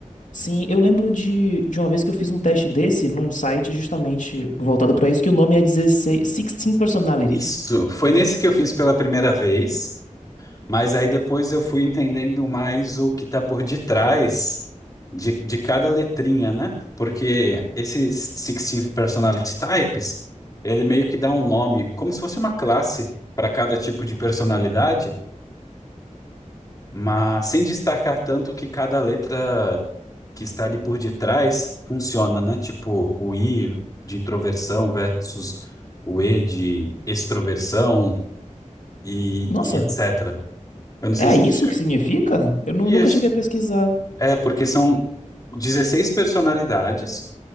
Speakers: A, on the left; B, on the left.
A: Sim, eu lembro de, de uma vez que eu fiz um teste desse num site justamente voltado pra isso, que o nome é 16, 16 Personalities.
B: Isso, foi nesse que eu fiz pela primeira vez. Mas aí depois eu fui entendendo mais o que está por detrás de, de cada letrinha, né? Porque esses sixteen personality types, ele meio que dá um nome, como se fosse uma classe para cada tipo de personalidade, mas sem destacar tanto que cada letra que está ali por detrás funciona, né? Tipo, o I de introversão versus o E de extroversão e,
A: Nossa,
B: e etc. Eu não sei
A: É
B: se
A: isso
B: tu chegou.
A: que significa? Eu nu-
B: Isso.
A: nunca cheguei a pesquisar.
B: É, porque são 16 personalidades